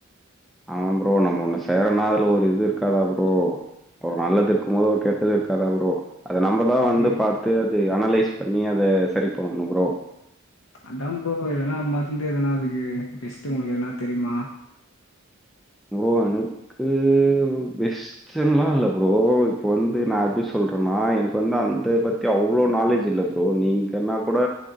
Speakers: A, in the centre; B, on the left.
A: ஆமா ஃப்ரோ நம்ம ஒன்னு செய்யறனா அதுல ஒரு இது இருக்காதா ஃப்ரோ ஒரு நல்லது இருக்கும் போது ஒரு கெட்டது இருக்காதா ஃப்ரோ அத நம்பதா
B: அத
A: வந்து பாத்து அது அனலைஸ் பண்ணி அத சரி பண்ணணு ஃப்ரோ
B: அதா ஃப்ரோ எதனா மறந்து எதனா அதுக்கு பெஸ்ட்டு உங்களுக்கு எதனா தெரியுமா
A: ஃப்ரோ எனக்கூ ஃப்ரோ பெஸ்ட்ன்லா இல்ல ஃப்ரோ இப்ப வந்து நா எப்டி சொல்றேன்னா எனக்கு வந்து அந்த பத்தி அவ் அவ்ளோ நாலேஜ் இல்ல ஃப்ரோ நீங்கனா கூட